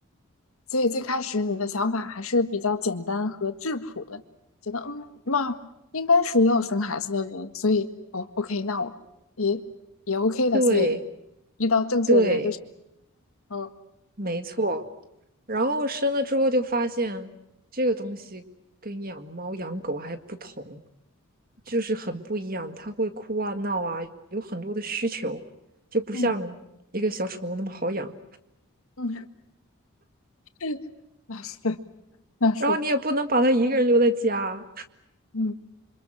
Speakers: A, on the left; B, on the right.
A: 所以最开始你的想法还是比较简单和质朴的，觉得嗯，那应该是要生孩子的人，所以哦，OK，那我也也 OK 的，
B: 对
A: 所以遇到正确的人就是
B: 对，
A: 嗯
B: 没错。然后生了之后就发现，这个东西跟养猫养狗还不同，就是很不一样。它会哭啊、闹啊，有很多的需求，就不像一个小宠物那么好养。
A: 嗯嗯，<laughs> 那是那是，
B: 然后你也不能把它一个人留在家，
A: 嗯，